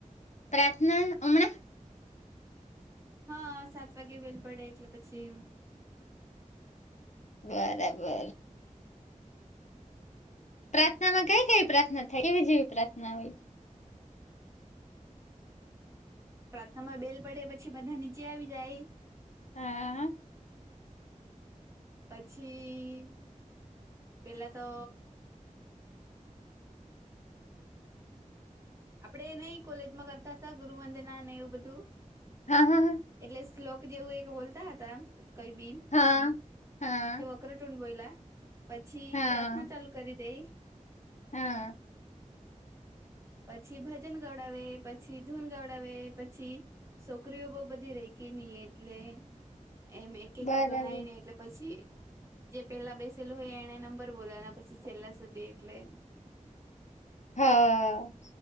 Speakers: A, on the left; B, on the right.
A: પ્રાર્થના અમણા
B: હા સાત વાગ્યે બેલ પડે એટલે પછી
A: બરાબર. પ્રાર્થનામાં કઈ કઈ પ્રાર્થના થાય કેવી જેવી પ્રાર્થના હોય
B: પ્રારથામાં બેલ પડે પછી બધા નીચે આવી જાય
A: હા.
B: પછી પેલા તો આપડે નહી કોલેજમાં કરતા હતા ગુરુ વદના એવું બધું
A: હા હા હા.
B: એટલે શ્લોક જેવું એક બોલતા હતા કઈ બી
A: હા હા.
B: ચક્રટુંડ બોયલા પછી
A: હા
B: પ્રાર્થના ચાલુ કરી દેય
A: હા.
B: પછી ભજન ગવડાવે પછી ધૂન ગવડાવે પછી છોકરીઓ બો બધી રેય કેની એટલે એમ એ કે
A: બરાબર
B: ગણાય ને એટલે પછી જે પેલા બેસેલું હોય એણે નંબર બોલને પછી છેલ્લા સુધી એટલે
A: હા.